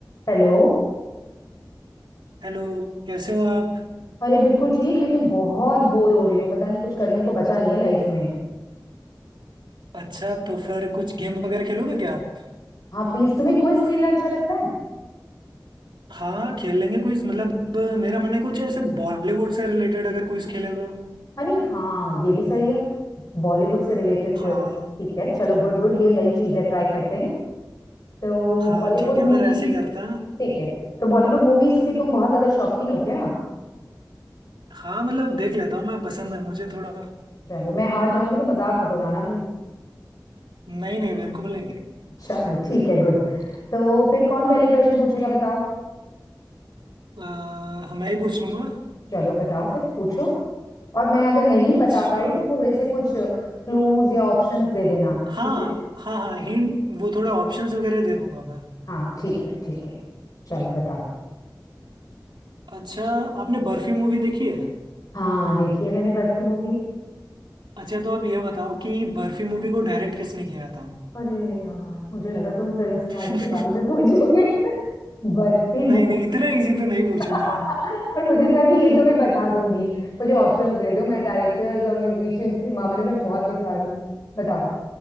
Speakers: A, on the left; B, on the right.
A: Hello
B: Hello कैसे हो आप
A: अरे बिल्कुल ठीक लेकिन बहुत बोर हो रही हूँ पता नहीं कुछ करने को बचा नहीं है लाइफ में
B: अच्छा तो फिर कुछ गेम वगैरह खेलोगे क्या आप
A: हाँ प्लीज तुम्हें क्विज खेलना अच्छा लगता है
B: हाँ खेलेंगे कुछ मतलब अ, मेरा मन है कुछ ऐसे बॉलीवुड से रिलेटेड अगर कुछ खेले तो
A: अरे हाँ ये भी सही है बॉलीवुड से रिलेटेड क्विज
B: हाँ
A: ठीक है चलो गुड गुड ये नई चीज है ट्राई करते हैं तो
B: हाँ
A: बॉलीवुड
B: ठीक है फिर
A: मूवी
B: ऐसे ही करते हैं
A: ठीक है तो बॉलीवुड मूवीज की तुम बहुत ज्यादा शौकीन हो क्या
B: हाँ मतलब देख लेता हूँ मैं पसंद है मुझे थोड़ा
A: चलो मैं हार जाऊंगी तो मजाक मत उड़ाना भाई
B: नहीं नहीं बिल्कुल नहीं
A: चलो ठीक है गुड तो फिर कौन पहले प्रश्न पूछेगा बताओ
B: आ, मैं ही पूछ लूंगा
A: चलो बताओ फिर पूछो और मैं अगर नहीं
B: अच्छा
A: बता पाई तो थोड़े से कुछ क्लूज या ऑप्शंस दे देना
B: हाँ
A: ठीक है
B: हाँ हाँ हिंट वो थोड़ा ऑप्शंस वगैरह दे दूंगा मैं
A: हाँ ठीक है ठीक है चलो बताओ
B: अच्छा आपने बर्फी मूवी देखी है
A: हाँ देखी है मैंने बर्फी मूवी
B: अच्छा तो आप ये बताओ कि बर्फी मूवी को डायरेक्ट किसने किया था
A: अरे यार मुझे लगा तुम फिल्म स्टार्स
B: नहीं
A: के बारे में पूछोगे <laughs> बर्फी
B: नहीं
A: मूवी
B: इतना इजी तो नहीं पूछूंगा
A: <laughs> और मुझे था कि ये तो मैं बता दूंगी मुझे ऑप्शंस दे दो मैं डायरेक्टर्स और म्यूजिशियंस के मामले में बहुत बेकार हूँ बताओ